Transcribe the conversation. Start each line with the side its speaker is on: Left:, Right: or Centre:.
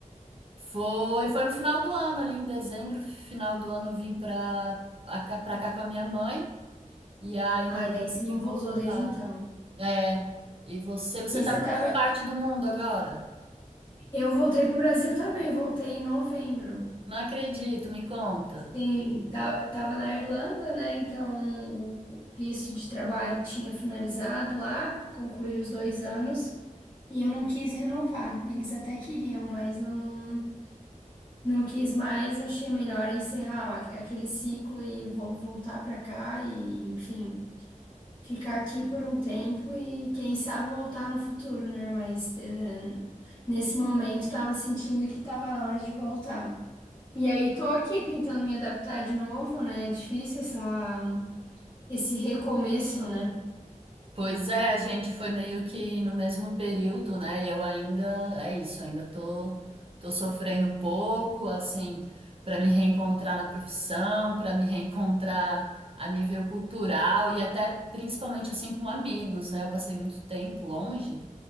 Right: Foi, foi no final do ano, ali em dezembro, final do ano, eu vim para cá, pra cá com a minha mãe. E aí,
Left: Ai,
Right: não
Left: daí
Right: consegui
Left: você não
Right: voltar.
Left: voltou desde então.
Right: É, e você, você
Left: E
Right: tá
Left: você estava...
Right: por que parte do mundo agora?
Left: Eu voltei para o Brasil também, voltei em novembro.
Right: Não acredito, me conta.
Left: Sim, ta- tava na Irlanda, né? Então o o visto de trabalho tinha finalizado lá, concluí os dois anos e eu não quis renovar. Eles até queriam, mas não, não quis mais. Achei melhor encerrar aque- aquele ciclo e vou voltar para cá e, enfim, ficar aqui por um tempo e quem sabe voltar no futuro, né? Mas eh, nesse momento tava sentindo que tava na hora de voltar. E aí, tô aqui tentando me adaptar de novo, né? É difícil essa, esse recomeço, né?
Right: Pois é, a gente foi meio que no mesmo período, né? E eu ainda, é isso, ainda tô, tô sofrendo um pouco, assim, para me reencontrar na profissão, para me reencontrar a nível cultural e até principalmente assim com amigos, né? Eu passei muito tempo longe